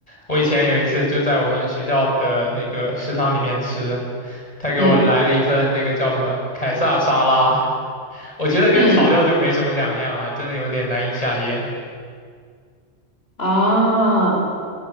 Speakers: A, on the left; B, on the left.
A: 我以前有一次就在我们学校的那个食堂里面吃，他给我来了一份那个叫什么凯撒沙拉，
B: 嗯
A: 我觉得跟草料就没什么两样啊，
B: 嗯，
A: 真的有点难以下咽。
B: 啊。